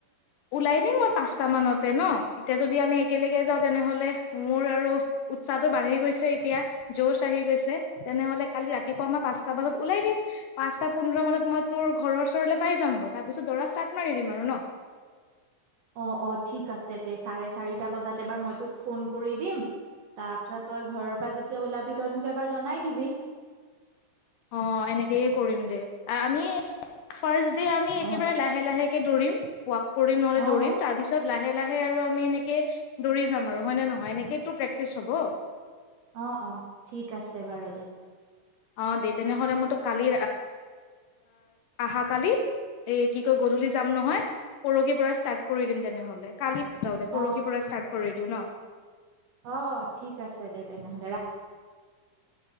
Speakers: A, on the left; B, on the right.
A: ওলাই দিম মই পাঁচটা মানতে ন? এতিয়া যদি আমি একেলগে যাওঁ তেনেহলে মোৰ আৰু উৎসাহটো বাঢ়ি গৈছে এতিয়া, জচ আহি গৈছে। তেনেহলে কালি ৰাতিপুৱা মই পাঁচটা বজাত ওলাই দিম পাঁচটা পোন্ধৰ মানত মই তোৰ ঘৰৰ ওচৰলৈ পাই যামগৈ তাৰ পিছত দৰা ষ্টাৰ্ট মাৰি দিম আৰু ন?
B: অ', অ', ঠিক আছে দে চাৰে চাৰিটা বজাত এবাৰ মই তোক ফোন কৰি দিম, তাৰপিছত তই ঘৰৰ পৰা যেতিয়া ওলাবি তই মোক এবাৰ জনাই দিবি
A: অ', এনেকেয়ে কৰিম দে এ আমি ফাৰ্ষ্ট ডে আমি
B: অ
A: একেবাৰে লাহে লাহেকে দৌৰিম ৱাক কৰিম নহলে
B: অ
A: দৌৰিম, তাৰপিছত লাহে লাহে, লাহে আৰু আমি এনেকে দৌৰি যাম আৰু হয় নহয় এনেকেইটো প্ৰেক্টিছ হ'ব।
B: অ', অ', ঠিক আছে বাৰু দে।
A: অ', দেই তেনেহ'লে মই কালি আহা কালি এ কি ক গধূলি যাম নহয় পৰহি পৰা ষ্টাৰ্ট কৰি দিম তেনেহ'লে হ'ব দে
B: অ
A: পৰহি পৰা ষ্টাৰ্ট কৰি দিওঁ ন'।
B: অ', ঠিক আছে দে তেনেহ'লে ৰা